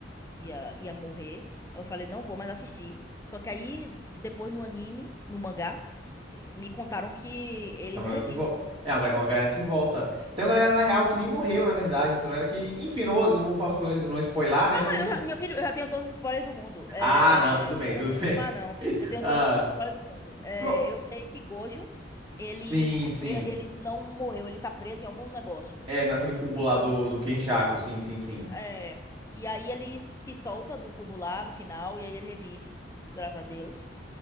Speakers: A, on the left (about 15°); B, on the right (about 30°).
A: ia, ia morrer. Eu falei, não vou mais assistir. Só que aí, depois no anime, no mangá, eh, me contaram que eles
B: Tem uma
A: revivem.
B: galera que volta. É, uma ga- uma galera que volta. Tem uma galera, na real, que nem morreu, na verdade. né? Tem uma galera que. Enfim, não vou, não vou falar muito pra não spoilar, né?
A: Mas
B: Mas,
A: eu já- meu filho, eu já tenho todos os spoilers do mundo. É,
B: Ah, não, tudo bem,
A: não preciso
B: tudo bem.
A: mais, não.
B: <laughs>
A: Eu tenho
B: Ah,
A: todos os spoilers do mundo. É,
B: pronto.
A: eu sei que Gojo, ele
B: Sim,
A: tá
B: sim.
A: pre... ele não morreu, ele tá preso em algum negócio.
B: É, naquele cubo lá do, do Kenjaku, sim, sim, sim.
A: É. E aí ele se solta do cubo lá no final, e aí ele revive, graças a Deus.